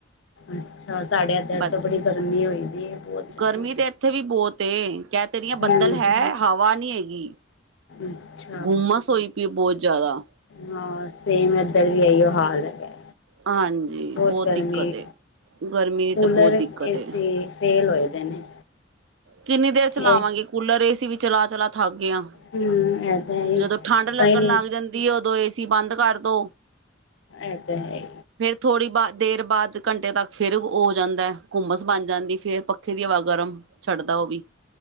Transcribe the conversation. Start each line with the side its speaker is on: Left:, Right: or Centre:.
Left: ਅੱਛਾ, ਸਾਢੇ ਇਧਰ
Right: ਬ
Left: ਤੋਂ ਬੜੀ ਗਰਮੀ ਹੋਈ ਦੀ ਹੈ। ਬਹੁਤ ਜ਼ਿਆਦਾ
Right: ਗਰਮੀ ਤੇ ਇੱਥੇ ਵੀ ਬਹੁਤ ਏ, ਕਹਿ ਤੇ ਰੀਆਂ,
Left: ਹੂੰ
Right: ਬੱਦਲ ਹੈ ਹਵਾ ਨੀ ਹੈਗੀ।
Left: ਅੱਛਾ
Right: ਗੁੰਮਸ ਹੋਈ ਪਈ ਐ, ਬਹੁਤ ਜ਼ਿਆਦਾ।
Left: ਹਾਂ, ਸੇਮ ਏਧਰ ਵੀ ਇਹੀਓ ਹਾਲ ਹੈ।
Right: ਹਾਂਜੀ
Left: ਬਹੁਤ ਗਰਮੀ,
Right: ਦਿੱਕਤ ਏ। ਗਰਮੀ ਦੀ
Left: ਕੂਲਰ,
Right: ਤਾਂ ਬਹੁਤ ਦਿੱਕਤ
Left: ਏਸੀ
Right: ਏ।
Left: ਫੇਲ ਹੋਏ ਦੇ ਨੇ।
Right: ਕਿੰਨੀ ਦੇਰ ਚਲਾਵਾਂਗੇ
Left: ਇਹ
Right: ਕੂਲਰ, ਏ ਸੀ, ਵੀ ਚਲਾ, ਚਲਾ ਥੱਕ ਗਏ ਆ।
Left: ਹੂੰ ਇਹ ਤਾਂ ਹੈ ਹੀ।
Right: ਜਦੋਂ ਠੰਢ ਲੱਗਣ
Left: ਕਈ
Right: ਲੱਗ ਜਾਂਦੀ ਉਦੋਂ, ਏ ਸੀ ਬੰਦ ਕਰਦੋ।
Left: ਐ ਤੇ ਹੈ ਈ
Right: ਫੇਰ ਥੋੜ੍ਹੀ ਬਾ ਦੇਰ ਬਾਅਦ ਘੰਟੇ ਤੱਕ, ਫੇਰ ੳਹ ਹੋ ਜਾਂਦੈ, ਘੁੰਮਸ ਬਣ ਜਾਂਦੀ ਫਿਰ ਪ ਪੱਖੇ ਦੀ ਹਵਾ ਗਰਮ, ਛੱਡਦਾ ਉਹ ਵੀ